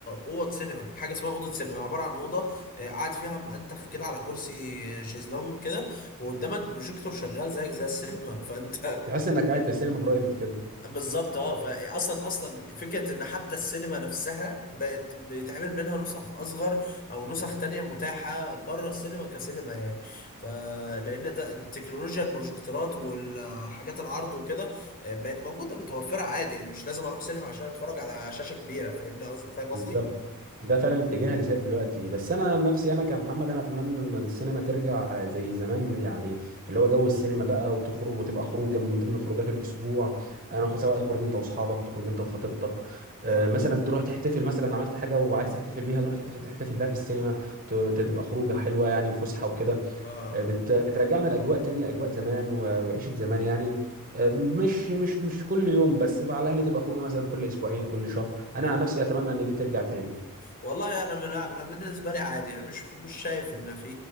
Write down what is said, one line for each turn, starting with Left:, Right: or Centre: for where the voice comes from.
Left: اوض سينما حاجه اسمها اوضه سينما عباره عن اوضه آه، قاعد فيها منتخ كده على كرسي شيزلونج كده وقدامك بروجيكتور شغال زيك زي السينما <laughs> فانت
Right: تحس انك قاعد في السينما برايفت كده
Left: بالظبط اه فاصلا اصلا فكره ان حتى السينما نفسها بقت بيتعمل منها نسخ اصغر او نسخ تانية متاحه بره السينما كسينما يعني فلان ده تكنولوجيا البروجيكتورات والحاجات العرض وكده آه، بقت موجوده متوفره عادي يعني مش لازم اروح سينما عشان اتفرج على شاشه كبيره فاهمني قصد- فاهم قصدي؟
Right: بالظبط ده فعلا الاتجاه اللي سائد دلوقتي بس انا عن نفسي انا كمحمد انا اتمنى ان السينما ترجع زي زمان يعني اللي هو جو السينما بقى وتخرج وتبقى خروجه من ضمن خروجات الاسبوع انا خ- سواء تخرج انت واصحابك تخرج انت وخطيبتك آه،
Left: يا اه
Right: مثلا تروح تحتفل مثلا عملت حاجه وعايز تحتفل بيها تروح تحتفل تحتفل بيها في السينما ت- تبقى خروجه حلوه يعني وفسحه وكده
Left: آه.
Right: بت- بترجعنا لاجواء تانية اجواء زمان و- وعيشه زمان يعني آه، مش مش مش كل يوم بس على الاقل تبقى خروجه مثلا كل اسبوعين كل شهر انا
Left: ايوه
Right: عن نفسي اتمنى ان دي ترجع تاني
Left: والله انا من انا بالنسبه لي عادي يعني مش مش شايف ان في